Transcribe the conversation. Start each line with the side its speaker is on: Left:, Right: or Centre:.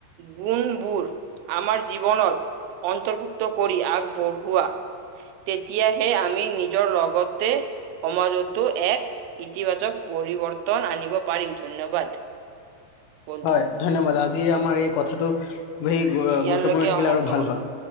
Right: গুণবোৰ আমাৰ জীৱনত, অন্তৰ্ভুক্ত কৰি, আগবঢ়োৱা তেতিয়াহে আমি নিজৰ লগতে সমাজটো এক, ইতিবাচক পৰিৱৰ্তন আনিব পাৰিম, ধন্যবাদ। বন্ধু।
Left: হয়। ধন্যবাদ আজি আমাৰ এই কথাটো, খুবেই গুৰুত্বপূৰ্ণ
Right: ইয়ালৈকে
Left: থাকিলে
Right: সমাপ্ত
Left: আৰু ভাল হ'ল।